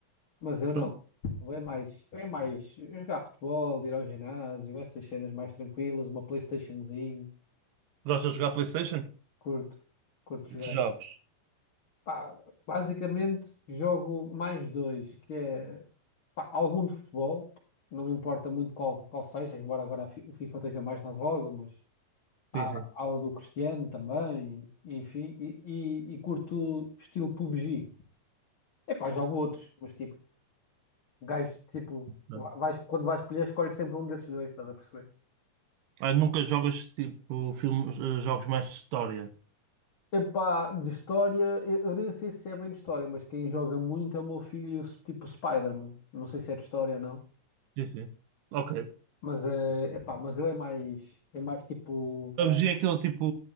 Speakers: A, on the left (about 45°); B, on the right (about 80°).
A: mas eu
B: Pronto.
A: não, Eu é mais, eu é mais jogar futebol, ir ao ginásio, essas cenas mais tranquilas, uma PlayStationzinho,
B: Gostas de jogar PlayStation?
A: curto, curto jogar.
B: que jogos?
A: Pá, basicamente jogo mais dois, que é pá, algum de futebol, não me importa muito qual, qual seja, embora agora a fi- o FIFA esteja mais na voga, mas há,
B: Sim, sim.
A: há o do Cristiano também, enfim, e, e, e curto estilo PUBG. Epá, jogo outros, mas tipo, gajos, tipo,
B: Não.
A: va- vais, quando vais escolher, escolhes sempre um desses dois, estás a perceber?
B: Ah, nunca jogas tipo filmes, eh, jogos mais de história.
A: Epá, de história, eu, eu nem sei se é bem de história, mas quem joga muito é o meu filho, tipo Spider-Man. Não sei se é de história ou não.
B: Sim, sim. Ok.
A: Mas é, epá, mas eu é mais, é mais tipo,
B: PUBG é aquele tipo,